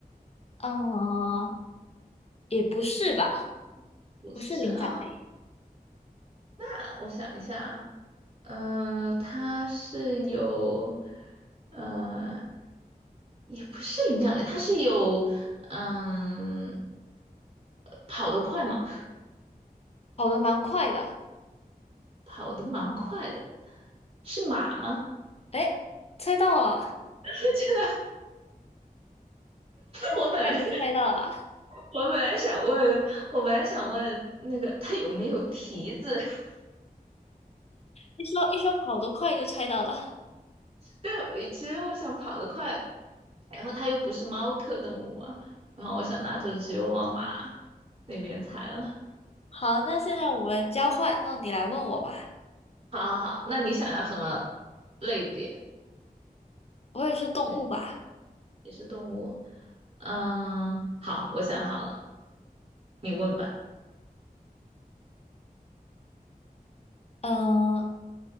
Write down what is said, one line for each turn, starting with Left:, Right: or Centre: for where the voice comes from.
Left: 嗯，也不是吧？
Right: <laughs> 不是啊，
Left: 不是灵长类，
Right: 那我想一下，啊。呃，它是有，呃，也不是灵长类，它是有，嗯，跑得快吗？
Left: 跑得蛮快的，
Right: 跑得蛮快的，是马吗？
Left: 哎，猜到了，
Right: <laughs> 真的，
Left: 这么快就猜到了，
Right: 我本来我本来想问，我本来想问那个它有没有蹄子？<laughs>
Left: 一说一说跑得快就猜到了。
Right: 对，我其实我想跑得快，然后它又不是猫科动物嘛，然后我想那就只有往马那边猜了。
Left: 好，那现在我们交换，那你来问我吧。
Right: 好好好，那你想要什么类别？
Left: 我也是动物吧？
Right: 嗯，也是动物。嗯，好，我想好了，你问吧。
Left: 嗯，